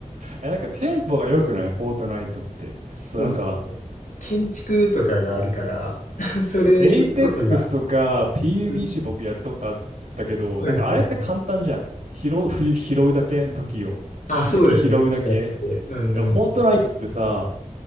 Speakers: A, on the right; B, on the left.
A: え、なんかテンポが良くないフォートナイトって。
B: そうそうそう。
A: そう、なんか、
B: 建築とかがあるから、<laughs> それの要素が、
A: そう、エイペックスとか PUBC
B: うん。
A: 僕やったことあったけど、
B: はいはい
A: なんかあれって簡単じゃん。拾う、ふ拾うだけ武器を。
B: あ、そうですね。
A: 武器拾うだけ。
B: うちやって。うんうんうん。
A: でも、フォートナイトってさ、